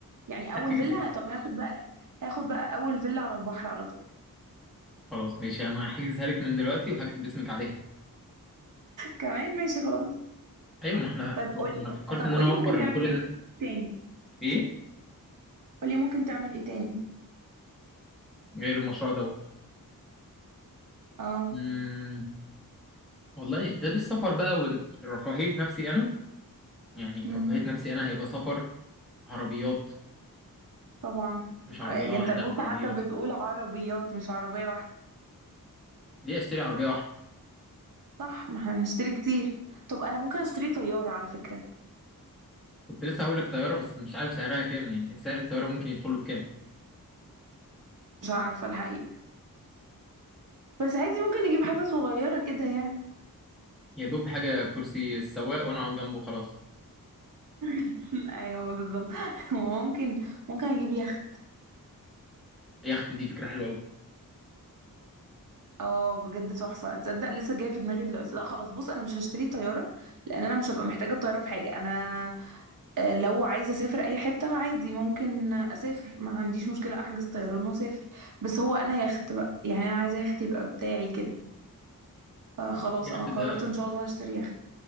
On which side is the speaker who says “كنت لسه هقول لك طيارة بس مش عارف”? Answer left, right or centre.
Centre